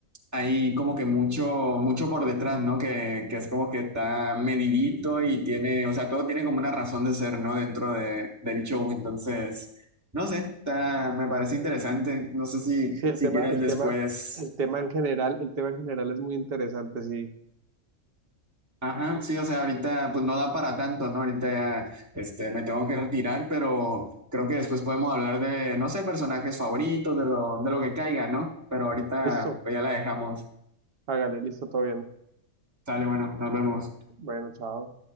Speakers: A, on the right; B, on the right.
A: hay como que mucho, mucho por detrás, ¿no? Que, que es como que está medidito y tiene, o sea, todo tiene como una razón de ser, ¿no? Dentro de, del show, entonces, no sé, está, me parece interesante, no sé si,
B: Sí, el
A: si
B: tema,
A: quieres
B: el
A: después...
B: tema, el tema en general, el tema en general es muy interesante, sí.
A: Ajá, sí, o sea, ahorita pues no da para tanto, ¿no? Ahorita ya, este, me tengo que retirar, pero creo que después podemos hablar de, no sé, personajes favoritos, de lo, de lo que caiga, ¿no? Pero ahorita
B: Listo.
A: pues ya la dejamos.
B: Hágale, listo, todo bien.
A: Sale, bueno, nos vemos.
B: Bueno, chao.